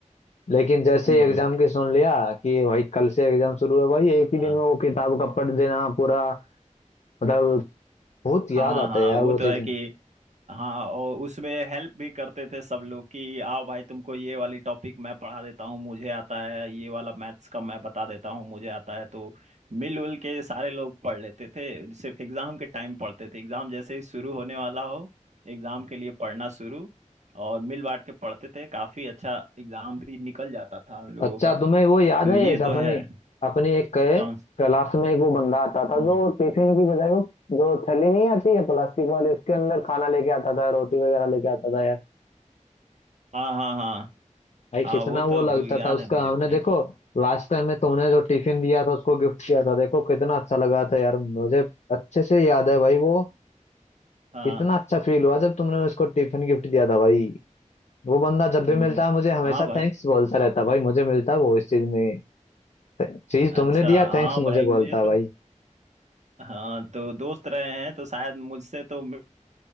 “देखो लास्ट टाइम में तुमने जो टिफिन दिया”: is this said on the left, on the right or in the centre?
Left